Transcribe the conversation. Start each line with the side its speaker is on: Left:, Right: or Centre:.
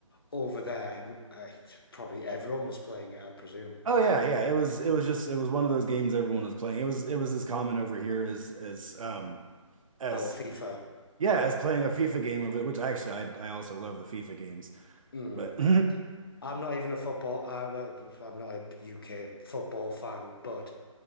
Left: over there, I, probably everyone was playing it, I presume.
Right: Oh yeah, yeah. It was it was just it was one of those games everyone was playing. It was it was as common over here as as um as
Left: Our FIFA.
Right: yeah as playing a FIFA game over which actually I I also love the FIFA games,
Left: Mm.
Right: but <clears throat>
Left: I'm not even a football. Uh, uh, I'm not a UK football fan, but